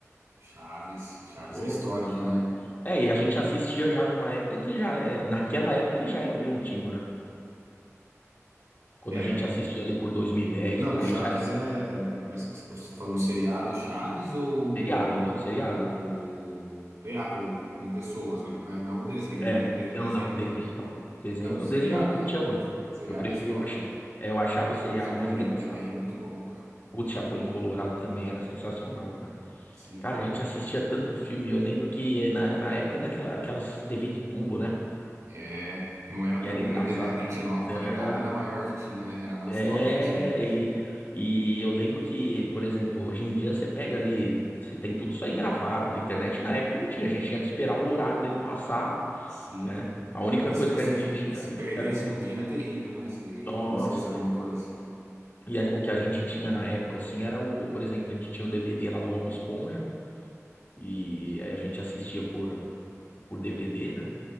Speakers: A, on the right (about 75°); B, on the left (about 40°).
A: Chaves, Chaves
B: Porra,
A: é histórico,
B: chato.
A: né?
B: É, e a gente assistia já numa época que já, é, naquela época ele já era bem antigo, né? Quando
A: É.
B: a gente assistia ali por 2010,
A: Não,
B: por
A: Chaves
B: aí já era bem
A: é.
B: antigo.
A: é- Mas você está falando um seriado Chaves ou
B: seriado, dá o seriado.
A: o, o, rea- o- com pessoas mesmo, né? Não o desenho,
B: É,
A: né? Que teve um
B: não,
A: desenho
B: não, desenho
A: também, né?
B: não. Desenho,
A: Não, seriado
B: o desenho eu não curtia
A: é.
B: muito.
A: Seriado
B: Eu preferia,
A: é histórico,
B: eu acho,
A: né?
B: é, eu achava o seriado
A: Chapolin
B: mais engraçado.
A: também, muito bom, cara.
B: Putz, Chapolin Colorado também era sensacional, cara.
A: Sim.
B: Cara, a gente assistia tanto filme, eu lembro que eh, na, na época ainda aquela, aquelas TV de tubo, né?
A: É. Não era
B: E
A: tão
B: era
A: grande,
B: engraçado.
A: né? 29
B: Não,
A: polegadas era a maior que tinha, né? Era a mais
B: é,
A: top que tinha.
B: e, e eu lembro que, por exemplo, hoje em dia você pega ali, né, você tem tudo isso aí gravado na internet. Na época não tinha, a gente tinha que esperar o horário dele passar,
A: Sim.
B: né? A única
A: E
B: coisa
A: se você.
B: que a gente tinha
A: E se perdesse
B: era o
A: um dia era terrível, né? Se
B: Nossa,
A: acontecesse alguma
B: nem
A: coisa.
B: fala. E a- o que a gente tinha na época, assim, era o, por exemplo, a gente tinha o DVD lá do Bob Esponja, e aí a gente assistia por, por DVD, né?